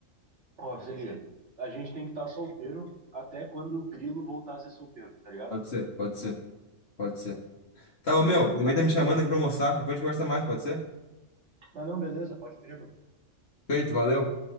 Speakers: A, on the right (about 55°); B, on the left (about 55°).
A: Ó, se liga, a gente tem que estar solteiro até quando o Grilo voltar a ser solteiro, tá ligado?
B: Pode ser, pode ser, pode ser. Tá, ô, meu,
A: Aí depois
B: minha
A: a gente...
B: mãe tá me chamando aqui pra almoçar. Depois a gente conversa mais, pode ser?
A: Ah, não, beleza, pode crer, meu.
B: Feito, valeu.